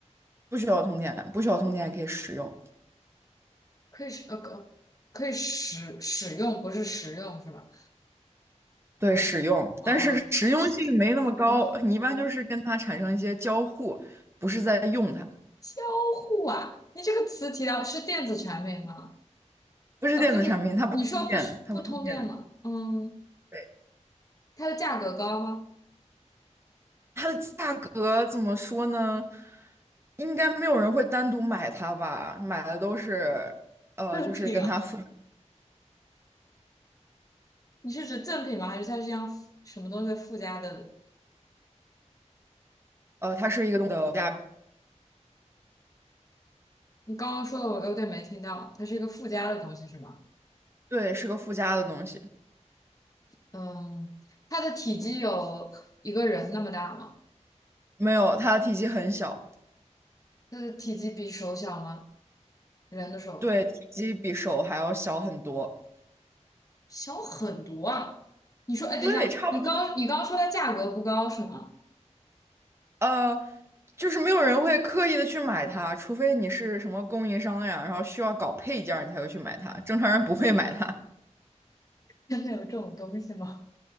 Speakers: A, on the right; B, on the left.
A: 不需要通电，不需要通电也可以使用。
B: 可以使呃可可以使使用，不是食用是吧？
A: 对，使用，
B: 哦哦，
A: 但是实用性没那么高。
B: 好的
A: 你一般就是跟它产生一些交互，不是在用它，
B: 交互啊，你这个词提到是电子产品吗？
A: 不是电子产品，
B: 啊，不对不对，
A: 它不通电，
B: 你说不需不通电吗？
A: 它不通电。
B: 嗯，
A: 对，
B: 它的价格高吗？
A: 它的价格怎么说呢？应该没有人会单独买它吧？买的都是，呃，
B: 赠品啊，
A: 就是跟它附，
B: 你是指赠品吗？还是它是一样附什么东西附加的
A: 呃，它是一个东的附加，
B: 你刚刚说的我有点没听到，它是一个附加的东西是吗？
A: 对，是个附加的东西。
B: 嗯，它的体积有一个人那么大吗？
A: 没有，它的体积很小，
B: 它的体积比手小吗？人的手
A: 对，体积比手还要小很多。
B: 小很多啊。你说，哎，等一下，
A: 对，差不
B: 你刚你刚说它价格不高是吗？
A: 呃，就是没有人会刻意的去买它，除非你是什么供应商呀，然后需要搞配件儿，你才会去买它，正常人不会买它。
B: <laughs> 真的有这种东西吗？